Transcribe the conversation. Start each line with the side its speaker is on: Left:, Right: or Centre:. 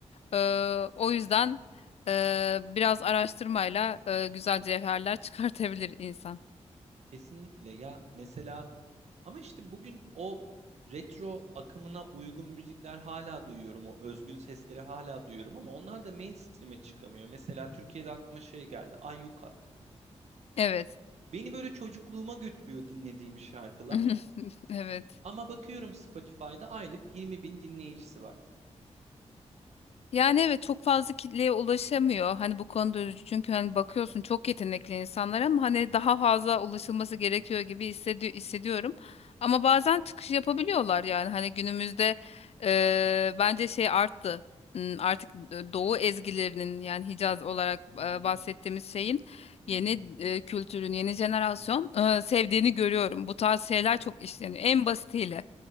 Left: Ee, o yüzden e, biraz araştırmayla e, güzel cevherler <laughs> çıkartabilir insan.
Right: Kesinlikle ya mesela ama işte bugün o retro akımına uygun müzikler hala duyuyorum. O özgün sesleri hala duyuyorum ama onlar da mainstream'e çıkamıyor. Mesela Türkiye'de aklıma şey geldi. Ayyuka.
Left: Evet.
Right: Beni böyle çocukluğuma götürüyor dinlediğim şarkılar.
Left: <laughs> Evet.
Right: Ama bakıyorum Spotify'da aylık 20 bin dinleyicisi var.
Left: Yani evet çok fazla kitleye ulaşamıyor. Hani bu konuda üzücü. Çünkü hani bakıyorsun çok yetenekli insanlar ama hani daha fazla ulaşılması gerekiyor gibi hissediyor, hissediyorum. Ama bazen çıkış yapabiliyorlar yani. Hani günümüzde eee, bence şey arttı. Hmm, Artık Doğu ezgilerinin yani Hicaz olarak e,
Right: Hı hı,
Left: bahsettiğimiz şeyin
Right: hı
Left: yeni
Right: hı,
Left: e, kültürün, yeni jenerasyon e, sevdiğini görüyorum. Bu tarz şeyler
Right: hı hı.
Left: çok işleniyor. En basitiyle.